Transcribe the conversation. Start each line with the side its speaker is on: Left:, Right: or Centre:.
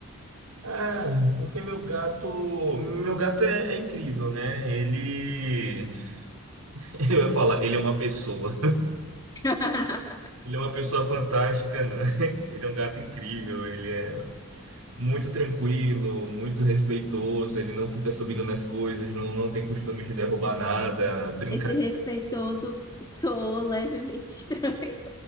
Right: Ah, porque meu gato, meu gato é, é incrível, né? Ele, <laughs> eu ia falar, ele é uma pessoa.
Left: <laughs>
Right: Ele é uma pessoa fantástica, não. <laughs> Ele é um gato incrível, ele é muito tranquilo, muito respeitoso, ele não fica subindo nas coisas, não, não tem costume de derrubar nada, brincar
Left: Esse respeitoso f- soou levemente <laughs> estranho.